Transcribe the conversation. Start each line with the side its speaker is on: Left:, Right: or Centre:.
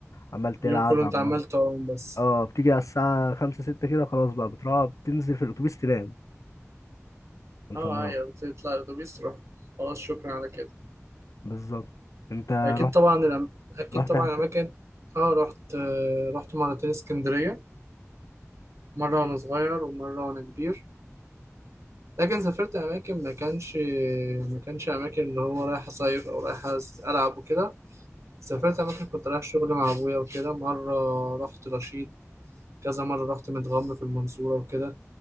Left: عمال تلعب
Right: اليوم كله
Left: عمال
Right: انت عمال تعوم بس
Left: اه بتيجي على الساعة خمسة ستة كده خلاص بقى بتروح بتنزل في الأتوبيس تنام انت
Right: اه
Left: مروح
Right: ايوه بتطلع الاتوبيس تروح خلاص شكرا على كده
Left: بالظبط انت رحت
Right: اكيد طبعا الأم... اكيد
Left: رحت
Right: طبعا
Left: حته
Right: الاماكن اه رحت آه رحت مرتين اسكندريه مره وانا صغير ومره وانا كبير لكن سافرت اماكن ما كانش ما كانش اماكن اللي هو رايح اصيف او رايح العب وكده سافرت
Left: مم.
Right: أماكن كنت رايح شغل مع أبويا وكده مرة رحت رشيد كذا مرة رحت متغمر في المنصورة وكده